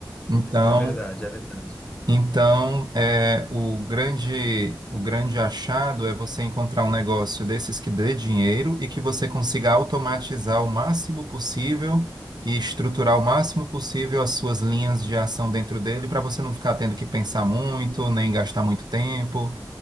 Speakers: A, on the right; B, on the left.
A: Então,
B: é verdade, é verdade.
A: então é, o grande, o grande achado é você encontrar um negócio desses que dê dinheiro e que você consiga automatizar o máximo possível e estruturar o máximo possível as suas linhas de ação dentro dele para você não ficar tendo que pensar muito, nem gastar muito tempo.